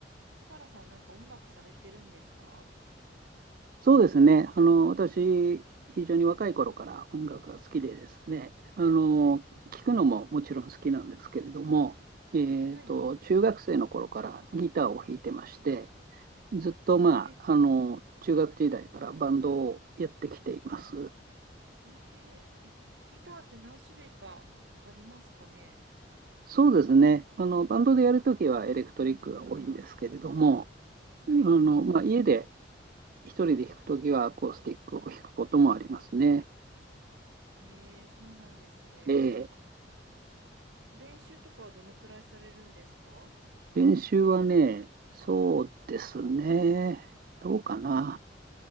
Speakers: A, on the right; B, on the right.
A: 松原さんはなんか音楽されてるんですか
B: そうですね。あの、私、非常に若い頃から音楽が好きでですね、あの、
A: はい。
B: 聴くのももちろん好きなんですけれども、えっと、
A: はい。
B: 中学生の頃からギターを弾いてまして、ずっと、
A: あ、へえ。
B: まあ、あの、中学時代からバンドをやってきています。
A: へえ。え、ギターって何種類かありますかね
B: そうですね。あの、バンドでやるときはエレクトリックが多いんですけれども、
A: はい。
B: あの、まあ、家で一人で弾くときはアコースティックを弾くこともありますね。
A: へえ、そうなんですね。
B: ええ
A: 練習とかはどのくらいされるんですか
B: 練習はね、そうですね。どうかな。